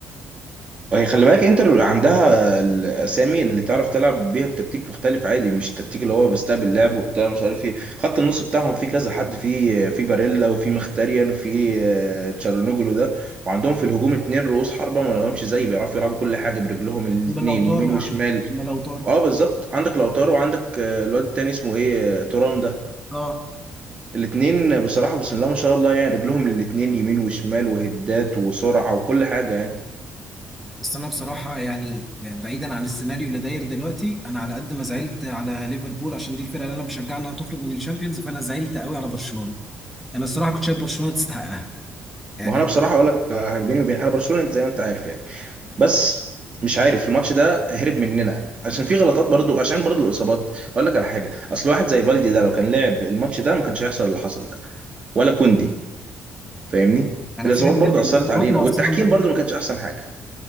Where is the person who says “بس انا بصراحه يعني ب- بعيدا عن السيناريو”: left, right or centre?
Centre